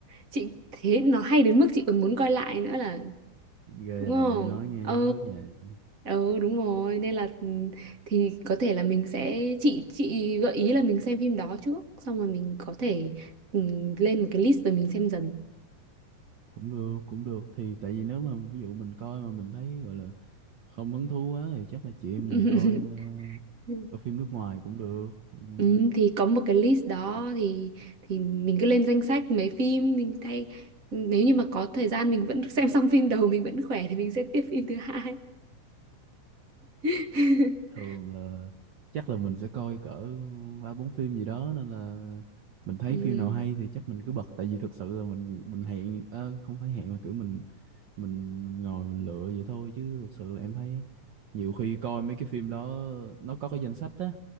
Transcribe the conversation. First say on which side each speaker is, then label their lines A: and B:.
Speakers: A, on the right; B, on the right.
A: chị thế nó hay đến mức chị còn muốn coi lại nữa là
B: ghê
A: đúng không?
B: vậy nói nghe
A: Ừ.
B: háo hức vậy
A: Ừ đúng rồi nên là ừ, thì có thể là mình sẽ chị chị gợi ý là mình xem phim đó trước xong rồi mình có thể ừ, lên một cái list rồi mình xem dần
B: cũng được cũng được thì tại vì nếu mà ví dụ mình coi mà mình thấy gọi là không hứng thú quá thì chắc là chị em
A: <laughs>
B: mình coi ờ,
A: ừ,
B: coi phim nước ngoài cũng được Ừm.
A: Ừ, thì có một cái list đó
B: Ờ,
A: thì thì mình cứ lên danh sách mấy phim mình thay nếu như mà có thời gian mình vẫn <laughs> xem xong phim đầu mình vẫn khỏe thì mình xem tiếp phim thứ hai <laughs>
B: thường là chắc là mình sẽ coi cỡ ba bốn phim gì đó nên là mình thấy
A: ừ.
B: phim nào hay thì chắc mình cứ bật tại vì thực sự là mình mình hẹn ờ, không phải hẹn mà kiểu mình mình mình ngồi mình lựa vậy thôi chứ thực sự là em thấy nhiều khi coi mấy cái phim đó nó có cái danh sách á